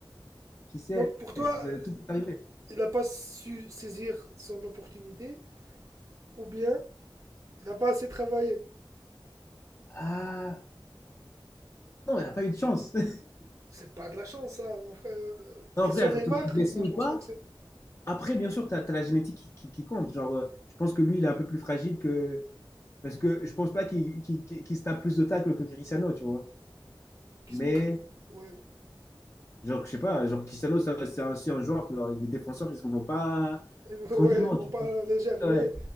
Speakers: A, on the left; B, on the right.
A: qui sait
B: Donc pour toi,
A: Parce que
B: euh,
A: tout peut arriver
B: il n'a pas su saisir son opportunité ou bien il n'a pas assez travaillé.
A: ah non il n'a pas eu de chance <laughs>
B: C'est pas de la chance, ça, mon frère. Euh,
A: Non,
B: Question
A: frère,
B: Neymar,
A: te te blessé
B: euh, non,
A: ou
B: je pense
A: pas,
B: pas que c'est
A: après, bien sûr, tu as, la génétique qui, qui- qui compte. Genre, euh, je pense que lui, il est un peu plus fragile que. Parce que je pense pas qu'il qu'il- qu'il- qu'il se tape plus de tacles que Cristiano, tu vois.
B: qui
A: Mais,
B: se prend plus. Ouais,
A: genre, je sais pas, genre, Cristiano, ça- c'est aussi un joueur que genre, les défenseurs, ils ne vont pas
B: <laughs> ouais,
A: tranquillement,
B: ils vont
A: tu
B: pas
A: vois.
B: à la légère,
A: Ouais.
B: ouais.